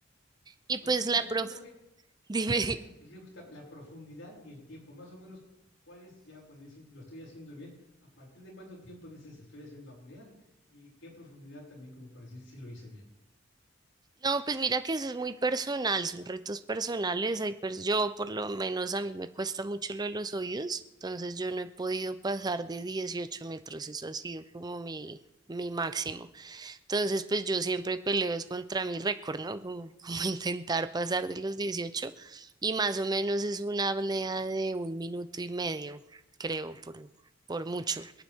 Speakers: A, on the right (about 20°); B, on the left (about 85°).
A: Y
B: Oye,
A: pues
B: Luisa,
A: la
B: cuéntame
A: prof, <laughs> dime,
B: Cuéntame eso que sí, Gustavo, la profundidad y el tiempo, más o menos, ¿cuál es ya cuando dices lo estoy haciendo bien? ¿A partir de cuánto tiempo dices estoy haciendo apnea? ¿Y qué profundidad también como para decir si lo hice bien?
A: no, pues mira que eso es muy personal, son retos personales, hay pers- yo por lo menos a mí me cuesta mucho lo de los oídos, entonces yo no he podido pasar de 18 metros, eso ha sido como mi, mi máximo. Entonces, pues yo siempre peleo es contra mi récord, ¿no? Como, como <laughs> intentar pasar de los dieciocho y más o menos es una apnea de un minuto y medio, creo, por, por mucho.